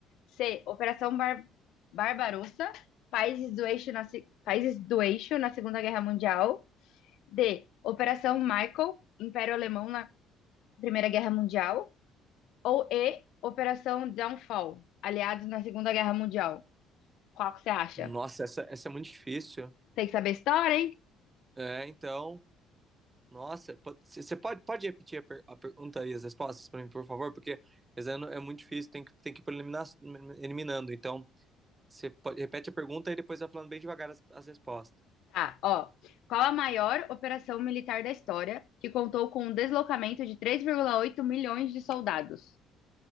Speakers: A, on the left; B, on the right.
A: C. Operação Bar Barbarossa, países do eixo na, se- países do eixo na Segunda Guerra Mundial. D. Operação Michael, Império Alemão na Primeira Guerra Mundial. Ou E. Operação Downfall, aliados na Segunda Guerra Mundial. Qual que você acha?
B: Nossa, essa, essa é muito difícil.
A: Tem que saber história, hein?
B: É, então, nossa, po- c- você pode, pode repetir a, per- a pergunta e as respostas para mim, por favor? Porque esse ano é muito difícil, tem que, tem que ir por eliminar, eliminando. Então, você pode- repete a pergunta e depois vai falando bem devagar as, as respostas,
A: Tá, ó. Qual a maior operação militar da história que contou com o deslocamento de 3,8 milhões de soldados?